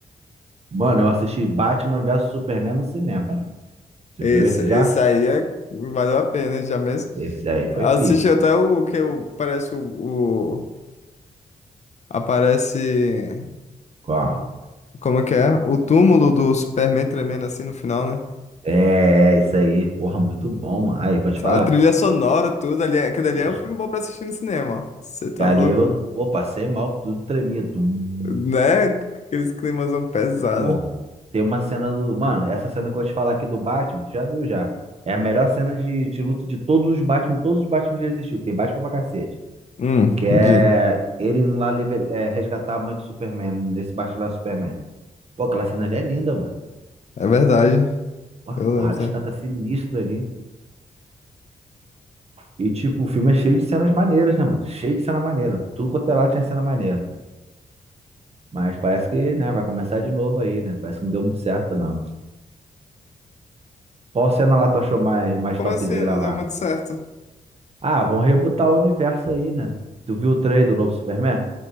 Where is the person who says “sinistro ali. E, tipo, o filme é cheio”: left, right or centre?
Right